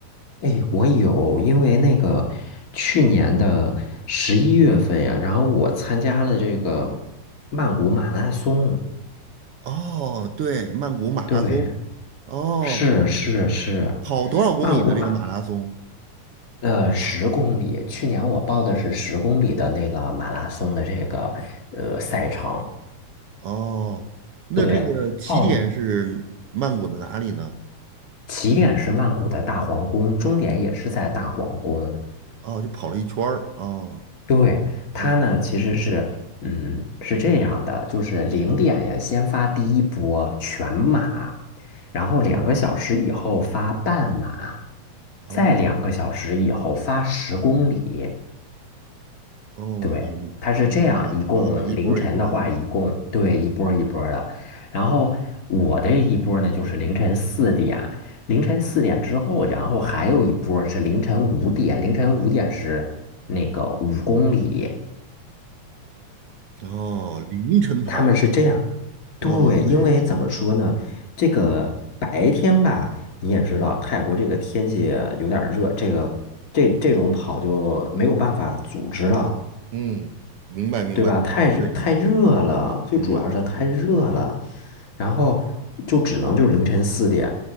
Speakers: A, on the left; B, on the right.
A: 哎，我有，因为那个去年的十一月份呀，然后我参加了这个曼谷马拉松。
B: 哦，对，曼谷马拉松。
A: 对，
B: 哦，
A: 是是是，
B: 跑多少公里的这个马拉松？
A: 曼谷马，呃，十公里。去年我报的是十公里的那个马拉松的这个呃赛程。
B: 哦，那这个起点是曼谷的哪里呢？
A: 对，报起点是曼谷的大皇宫，终点也是在大皇宫。
B: 哦，就跑了一圈儿。哦，
A: 对，它呢其实是，
B: 嗯
A: 嗯，是这样的，就是零点呀，先发第一波全马，然后两个小时以后发半马，
B: 嗯，哦
A: 再两个小时以后发十公里。
B: 哦，
A: 对，
B: 我
A: 它是这样，
B: 明白了啊，
A: 一共凌晨的话，
B: 一波儿一波儿的。
A: 一共对一波儿一波儿的。
B: 嗯，
A: 然后我的一波儿呢，就是凌晨四点，凌晨四点之后，然后还有一波儿是凌晨五点，凌晨五点是那个五公里。
B: 哦，凌晨跑啊，
A: 他们是这样，
B: 哇塞，
A: 对，因为怎么说呢，这个白天吧，你也知道，泰国这个天气有点儿热，这个这这种跑就没有办法组织了。
B: 嗯，明白明白，
A: 对吧？太热太热了，
B: 对，
A: 最主要是太热了，
B: 嗯
A: 然后就只能就是凌晨四点。